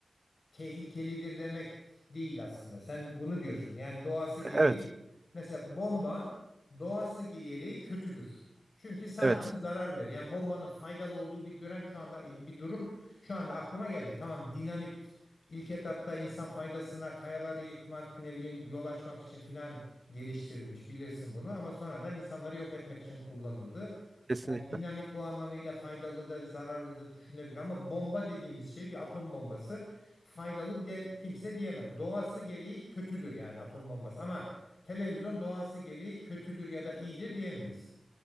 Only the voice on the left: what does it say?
tehlikelidir demek değil aslında. Sen bunu diyorsun. Yani doğası gereği
mesela bomba doğası gereği kötüdür. Çünkü sadece
zarar verir. Yani bombanın faydalı olduğu bir dönem şu anda bir durum şu anda aklıma gelmedi. Tamam dinamit ilk etapta insan faydasına kayaları yıkmak ne bileyim yol açmak için filan geliştirilmiş bilirsin bunu ama sonradan insanları yok etmek için kullanıldı.
Yani dinamit bu anlamıyla faydalı da zararlı da düşünebilir ama bomba dediğimiz şey bir atom bombası faydalı de, kimse diyemez. Doğası gereği kötüdür yani atom bombası ama televizyon doğası gereği kötüdür ya da iyidir diyemeyiz.